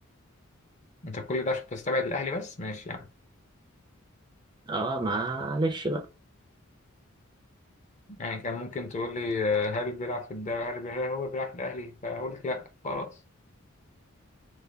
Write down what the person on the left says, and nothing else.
انت كل ده عشان تستبعد الاهلي بس ماشي يعني
يعني كان ممكن تقول لي آه، هل بيلعب في الدوري هل بي- هل هو بيلعب في الاهلي فهقول لك لا خلاص